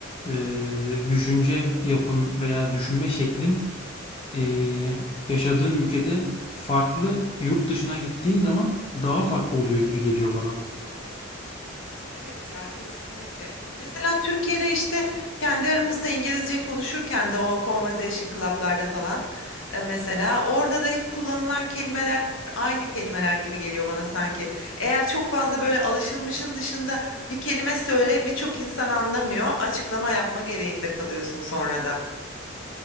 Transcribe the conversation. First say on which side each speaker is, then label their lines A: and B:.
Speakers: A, on the left; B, on the left.
A: Ee, düşünce yapın veya düşünme şeklin ee, yaşadığın ülkede farklı, yurt dışına gittiğin zaman daha farklı oluyor gibi geliyor bana.
B: Evet ya kesinlikle. Mesela Türkiye'de işte kendi aramızda İngilizce konuşurken de o conversation club'larda falan e, mesela orada da hep kullanılan kelimeler aynı kelimeler gibi geliyor bana sanki. Eğer çok fazla böyle alışılmışın dışında bir kelime söyle birçok insan anlamıyor. Açıklama yapma gereğinde kalıyorsun sonra da.